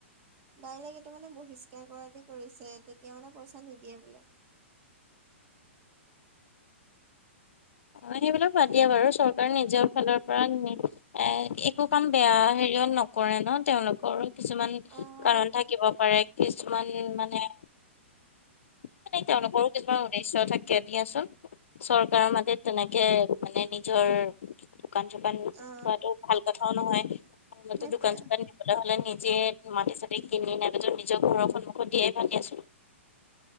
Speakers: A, on the right (about 30°); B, on the left (about 70°).
A: ডাইৰেক্ট এইটো মানে বহিষ্কাৰ কৰা দি কৰিছে, তেতিয়া মানে পইচা নিদিয়ে বোলে।
B: অ' সেইবিলাক বাদ দিয়া বাৰু চৰকাৰে নিজৰ ফালৰ পৰা এ একো কাম বেয়া হেৰিয়ত নকৰে ন, তেওঁলোকৰো কিছুমান
A: অ
B: কাৰণ
A: সেইটো
B: থাকিব পাৰে। কিছুমান মানে, মানে তেওঁলোকৰো কিছুমান উদ্দেশ্য থাকে দিয়াচোন। চৰকাৰৰ মাটিত তেনেকে মানে নিজৰ, দোকান চোকান থোৱাটো
A: অ
B: ভাল কথাও নহয়
A: সেইটোৱে
B: দোকান চোকান দিবলে হলে নিজে মাটি চাতি কিনি নাইবা যো নিজৰ ঘৰৰ সন্মুখত দিয়াই ভাল দিয়াচোন।